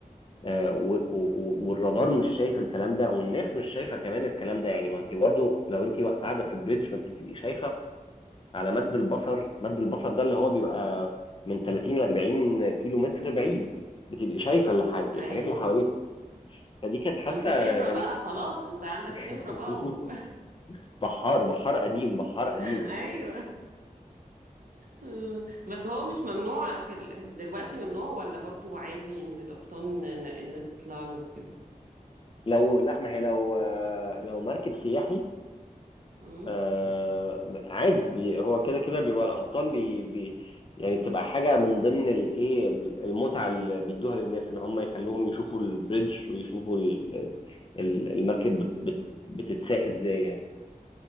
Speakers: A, on the left; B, on the right.
A: آه، و- و-
B: امم.
A: والرادار مش شايف الكلام ده والناس مش شايفة كمان الكلام ده يعني ما انت برضو لو انت قاعدة في البريدج ما انت تبقي شايفة على مد البصر مد البصر ده اللي هو بيبقى من 30 ل 40 كيلو متر بعيد بتبقي شايفة الح- الحاجات
B: ايوه
A: اللي حواليك فدي كانت حادثة
B: ما انت خبرة
A: غريبة
B: بقى خلاص انت عندك
A: <laughs>
B: خبرة بقى و...
A: بحار بحار قديم بحار قديم
B: <laughs> ايوه آه، بس هو مش ممنوع في ال... دلوقتي ممنوع ولا برضو عادي ان القبطان إن- الناس تطلع له كده
A: لو لا ما هي لو آه، لو مركب سياحي
B: امم
A: آه، عادي بي- هو كده كده بيبقى القبطان بي بي يعني بتبقى حاجة من ضمن الايه المتعة اللي بيدوها للناس ان هم يخلوهم يشوفوا البريدج ويشوفوا ال- ال- ال- المركب
B: أمم.
A: بت- بت- بتتساق ازاي يعني